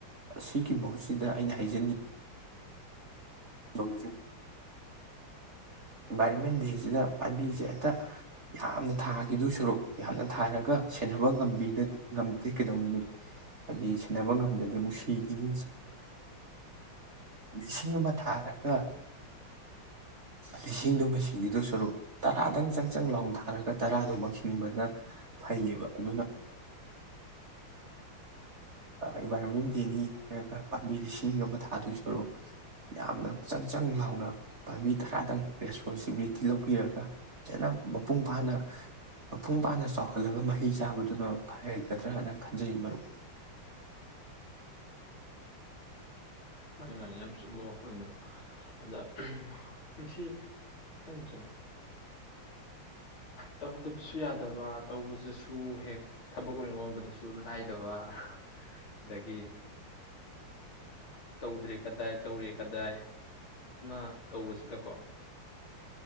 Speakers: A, on the right; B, on the left.
A: ꯑꯁꯤꯒꯤꯒꯤ ꯃꯍꯨꯠꯁꯤꯗ ꯑꯩꯅ ꯍꯥꯏꯖꯅꯤꯡꯉꯤ ꯇꯣꯡꯖꯟ ꯏꯟꯚꯥꯏꯔꯣꯟꯃꯦꯟꯁꯤꯁꯤꯗ ꯄꯥꯝꯕꯤꯁꯦ ꯇ ꯌꯥꯝꯅ ꯊꯥꯈꯤꯗꯨ ꯁꯔꯨꯛ ꯌꯥꯝꯅ ꯊꯥꯏꯔꯒ ꯁꯦꯟꯅꯕ ꯉꯝꯕꯤ ꯑꯗꯨ ꯀꯩꯗꯧꯅꯅꯤ ꯍꯥꯏꯗꯤ ꯁꯤꯟꯅꯕ ꯉꯝꯗ꯭ꯔꯗꯤ ꯅꯨꯡꯁꯤꯒꯤꯅꯤ ꯂꯤꯁꯤꯡ ꯑꯃ ꯊꯥꯔꯒ ꯂꯤꯁꯤꯡꯗꯨꯣꯃ ꯁꯤꯒꯤꯗꯨ ꯁꯔꯨꯛ ꯇꯔꯥꯗꯪ ꯆꯪ ꯆꯪ ꯂꯥꯎꯟ ꯊꯥꯔꯒ ꯇꯔꯥꯗꯨ ꯁꯤꯡꯕꯅ ꯐꯩꯌꯦꯕ ꯑꯗꯨꯅ ꯏꯟꯚꯥꯏꯔꯣꯟꯃꯦꯟ ꯗꯦꯅꯤ ꯍꯥꯏꯔꯒ ꯄꯥꯝꯕꯤ ꯂꯤꯁꯤꯡ ꯑꯃ ꯊꯥꯗꯨ ꯁꯔꯨꯛ ꯌꯥꯝꯅ ꯆꯪ ꯆꯪ ꯂꯥꯎꯅ ꯄꯥꯝꯕꯤ ꯊꯔꯥꯗꯪ ꯔꯦꯁꯄꯣꯟꯁꯤꯕꯤꯂꯤꯇꯤ ꯂꯧꯕꯤꯔꯒ ꯐꯖꯅ ꯃꯄꯨꯡ ꯐꯥꯅ ꯃꯄꯨꯡ ꯐꯥꯅ ꯆꯥꯎꯍꯜꯂꯒ ꯃꯍꯩ ꯆꯥꯕꯗꯨꯅ ꯐꯒꯗ꯭ꯔꯥꯅ ꯈꯜꯜꯂꯤ ꯖꯩ ꯃꯔꯨꯞ
B: ꯃꯥꯅꯤ ꯃꯥꯅꯤ ꯌꯥꯝ ꯆꯨꯝꯕ ꯋꯥꯐꯝꯅꯦꯕ ꯑꯗ ꯃꯁꯤ ꯍꯪꯈꯤꯅꯤ ꯇꯧꯗꯕꯁꯨ ꯌꯥꯗꯕ ꯇꯧꯕꯗꯁꯨ ꯍꯦꯛ ꯊꯕꯛ ꯑꯣꯏꯅ ꯑꯣꯟꯕꯗꯁꯨ ꯂꯥꯏꯗꯕ ꯑꯗꯒꯤ ꯇꯧꯗ꯭ꯔꯦ ꯀꯗꯥꯏ ꯇꯧꯔꯦ ꯀꯗꯥꯏ ꯑꯃ ꯑꯃ ꯇꯧꯕꯁꯤꯗꯀꯣ